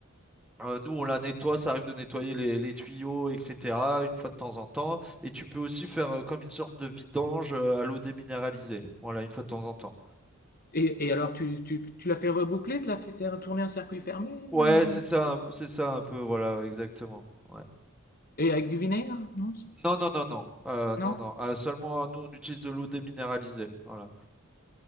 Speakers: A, in the centre; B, on the left (about 45°).
A: euh, nous on la nettoie, ça arrive de nettoyer les, les tuyaux, etc. Une fois de temps en temps. Et tu peux aussi faire euh, comme une sorte de vidange euh, à l'eau déminéralisée. Voilà, une fois de temps en temps.
B: Et et alors tu tu tu l'as fait reboucler? Tu l'as fait tourner un circuit fermé
A: Ouais,
B: ou
A: c'est ça, un- c'est ça un peu, voilà, exactement. Ouais.
B: et avec du vinaigre? Non? c
A: Non, non, non, non, euh,
B: non?
A: non, non. euh, seulement, nous, on utilise de l'eau déminéralisée, voilà.